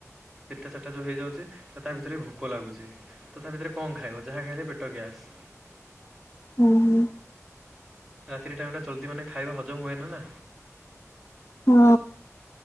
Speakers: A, in the centre; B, on the left.
A: ତିନଟା ଚାରିଟା ଯଉ ହେଇଯାଉଚି ତା ଭିତରେ ଭୋ କ ଲାଗୁଚି ତଥା ଭିତରେ କଣ ଖାଇବ ଯାହା ଖାଇଲେ ପେଟ ଗ୍ୟାସ।
B: ହୁଁ ହୁଁ।
A: ରାତିରେ ଟାଇମ ଟା ଜଲଦି ମାନେ ଖାଇବା ହଜମ ହୁଏ ନା ନା?
B: ହଁ।